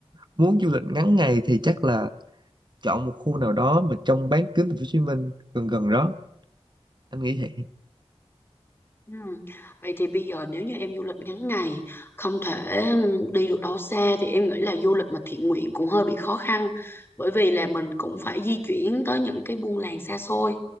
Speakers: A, on the right (about 45°); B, on the left (about 20°).
A: muốn du lịch ngắn ngày thì chắc là chọn một khu nào đó mà trong bán kính thành phố Hồ Chí Minh gần gần đó anh nghĩ vậy
B: Ừ. Vậy thì bây giờ nếu như em du lịch ngắn ngày không thể ừm, đi được đâu xa thì em nghĩ là du lịch mà thiện nguyện cũng hơi bị khó khăn bởi vì là mình cũng phải di chuyển tới những cái buôn làng xa xôi